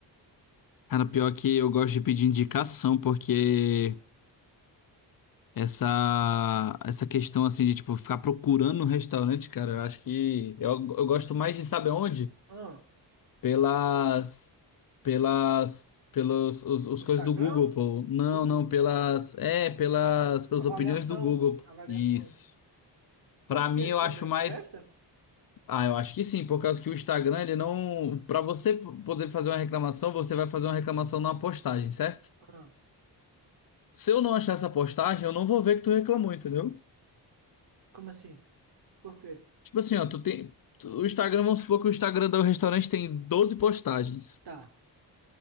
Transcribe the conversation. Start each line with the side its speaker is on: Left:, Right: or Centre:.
Left: Cara, pior
Right: Te-
Left: que eu gosto de pedir indicação, porque essa essa questão assim de tipo ficar procurando um restaurante, cara, eu acho que eu, eu gosto mais de saber onde?
Right: Ah,
Left: Pelas pelas pelos os, os
Right: no Instagram?
Left: coisas do Google, pô. Não,
Right: Google.
Left: não, pelas é, pelas pelas
Right: Avaliação.
Left: opiniões do Google.
Right: Avaliação.
Left: Isso. Pra
Right: Tu acha
Left: mim
Right: que,
Left: eu
Right: que
Left: acho mais
Right: é presta?
Left: Ah, eu acho que sim, por causa que o Instagram, ele não. Para você p- poder fazer uma reclamação, você vai fazer uma reclamação numa postagem, certo?
Right: Ah,
Left: Se eu não achar essa postagem, eu não vou ver que tu reclamou, entendeu?
Right: como assim? Por quê?
Left: Tipo assim, ó, tu tem. tu- O Instagram, vamos supor que o Instagram do restaurante tem 12 postagens.
Right: Tá.